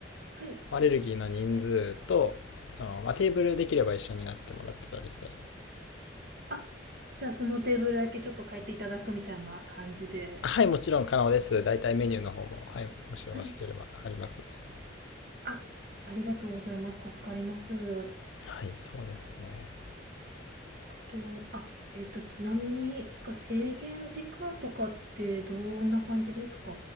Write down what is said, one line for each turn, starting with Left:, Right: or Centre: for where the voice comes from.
Right: はい。
Left: アレルギーの人数と、その、まあ、テーブルできれば一緒になってもらってたりして。
Right: あ、じゃあそのテーブルだけちょっと変えていただくみたいな感じで。
Left: はい、もちろん可能です。大体メニューの方も、はい、もしよろしければありますので。
Right: はい。あ、ありがとうございます。助かります。
Left: はい、そうですね。
Right: と、あ、えっと、ちなみになんか制限時間とかってどんな感じですか